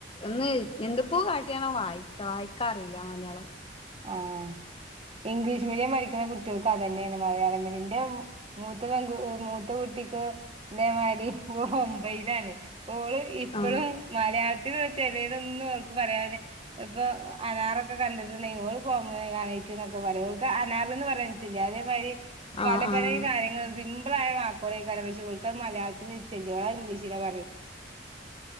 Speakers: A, on the left; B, on the right.
A: ഒന്ന് എന്ത്പ്പൂ കാട്ട്യാണം വായ്ക്കാ വായ്ക്കാ അറിയില്ല മലയാളം
B: ആഹ് ഇംഗ്ലീഷ് മീഡിയം പഠിക്കണ കുട്ട്യേൾക്ക് അതന്നെണ് മലയാളം മീഡിന്റ്റം മൂത്തപെങ്കു മൂത്തകു കുട്ടിക്ക് തേമാരി ഓഒമ്പയ്ലാണ് ഓള് ഇപ്പളും
A: ആഹ്
B: മലയാളത്തിലൊ- ഛെലേതോന്നും അവൾക്ക്‌ പറയാപറ്റ്ല ഇപ്പൊ അനാറൊക്കെ കണ്ട്ട്ട് ണ്ടെങ്കിഓള് പോമൊഗ്രനേറ്റ് ന്നൊക്കെ പറയും ഓൾക്ക്അനാറ്ന്ന് പറയാകിട്ടില്ല അതേമാരി പലപലേ
A: ആഹ് ആഹ്
B: കാര്യങ്ങൾ സിമ്പ്ളായ വാക്കുകളേയ്ക്കാരം പഷെ ഇവൾക്കത് മലയാളത്തില് ചെല്ലുവായ് ഇംഗ്ലീഷ് ഷിലപറയു